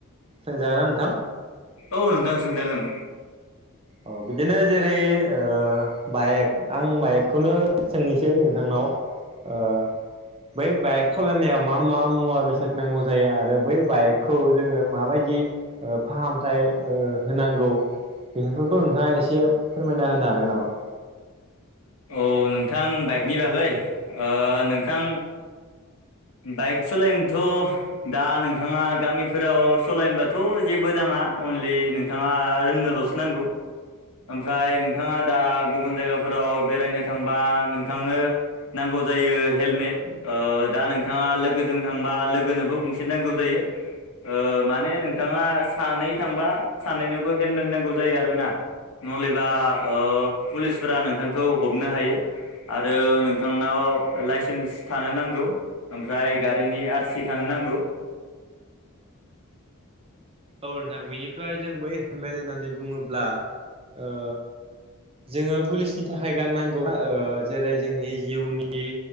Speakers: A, on the right (about 25°); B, on the left (about 70°).
A: सोंजागोनना नोंथां?
B: औ नोंथां सोंजागोन।
A: औ बिदिनो जेरै ओ बाइक आं बाइकखौनो सोंनोसै नोंथांनाव। ओ बै बाइक सलायनायाव मा मा मुवा बेसाद नांगौ जायो आरो बै बाइकखौ जोङो माबायदि ओ फाहामथाय ओ होनांगौ। बेफोरखौ नोंथाङा एसे फोरमायना होनो हागोन नामा।
B: औ नोंथां बाइकनि बागै ओ नोंथां बाइक सालायनोथ' दा नोंथाङा गामिफोराव सलायनोबाथ' जेबो नाङा। अनलि नोंथाङा रोंनोल'सो नांगौ। ओमफ्राय नोंथाङा दा गुबुन जायगाफोराव बेरायनो थांबा नोंथांनो नांगौ जायो हेलमेट ओ‌ दा नोंथाङा लोगोजों थांबा लोगोनोबो गंसे नांगौ जायो। ओ माने नोंथाङा सानै थांबा सानैनोबो हेलमेट नांगौ जायो आरो ना नहलेबा ओ पुलिसफोरा नोंथांखौ हमनो हायो। आरो नोंथांनाव लाइसेन्स थानो नांगौ। ओमफ्राय गारिनि आरसि थानो नांगौ।
A: औ नोंथां बेनिफ्राय जों बै हेमेट होननानै बुङोब्ला ओ जोङो पुलिसनि थाखाय गाननांगौना ओ जेरै जोंनि जिउनि